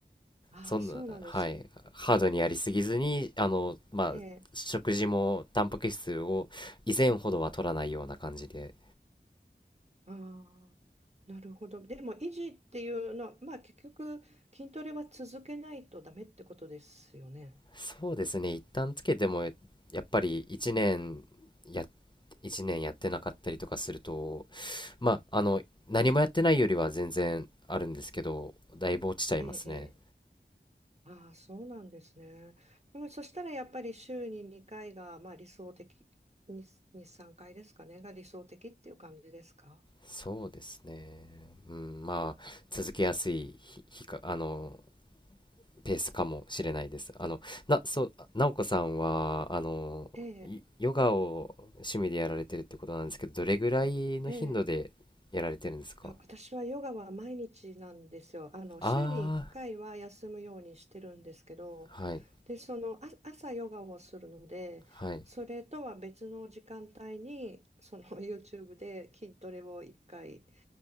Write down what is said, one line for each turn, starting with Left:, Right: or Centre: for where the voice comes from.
Right: ああ、
Left: そんな、
Right: そうなんです
Left: はい、ハードにやりすぎずに、あの、まあ、
Right: って。
Left: 食事もタンパク質を以前ほどは取らないような感じで、
Right: ああ、なるほど。でも、維持っていうのは、まあ結局、筋トレは続けないとダメってことですよね。
Left: そうですね、一旦つけてもやっぱり1年や、1年やってなかったりとかすると、まあ、あの、何もやってないよりは全然あるんですけど、だいぶ落ちちゃいますね。
Right: ええ、ええ。ああ、そうなんですね。でもそしたらやっぱり週に2回が、まあ、理想的、に2、3回ですかね、が理想的っていう感じですか
Left: そうですね。うん、まあ、続けやすい日、日か、あの、ペースかもしれないです。あの、な、そう、なおこさんは、あの、
Right: ええ、
Left: いヨガを趣味でやられてるってことなんですけど、どれぐらいの頻度でやられてるんですか
Right: ええ。あ、私はヨガは毎日なんですよ。あの、
Left: あ
Right: 週に1回は休むようにしてるんですけど、
Left: あー、はい、
Right: で、その、あ、朝ヨガをするので、
Left: はい。
Right: それとは別の時間帯に、その <laughs> YouTube で筋トレを1回